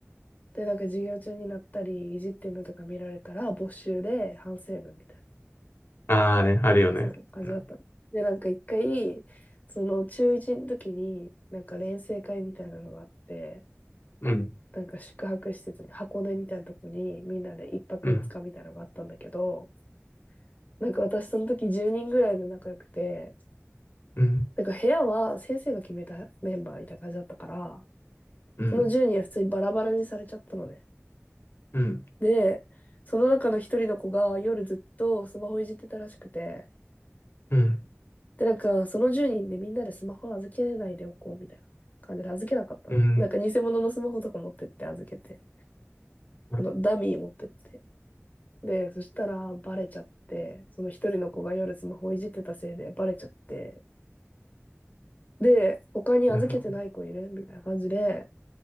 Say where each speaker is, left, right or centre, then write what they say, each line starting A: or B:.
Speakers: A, on the left; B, on the left.
A: で、なんか授業中になったり、いじってるのとか見られたら、没収で反省文みたいな、
B: ああね、あるよね。
A: そう、感じだったの。
B: うん。
A: で、なんか一回、その中1の時に、なんか錬成会みたいなのがあって、
B: うん。
A: なんか宿泊施設に、箱根みたいなとこに、みんなで一泊二日みたいなのがあったんだけど、
B: うん。
A: なんか私その時10人ぐらいで仲良くて、
B: うん。
A: なんか部屋は先生が決めたメンバーみたいな感じだったから、
B: うん。
A: その10人は普通にバラバラにされちゃったのね。
B: うん。
A: で、その中の一人の子が夜ずっとスマホいじってたらしくて、
B: う
A: で、なんかその10人でみんなでスマホ預けないでおこうみたいな感じで預けなかったの。
B: ん。
A: なんか偽物のスマホとか持ってって預けて、
B: うん。
A: そのダミー持ってって。で、そしたらバレちゃって、その一人の子が夜スマホいじってたせいでバレちゃって、で、他に預けてない子いるみたいな感じで、
B: <laughs> いや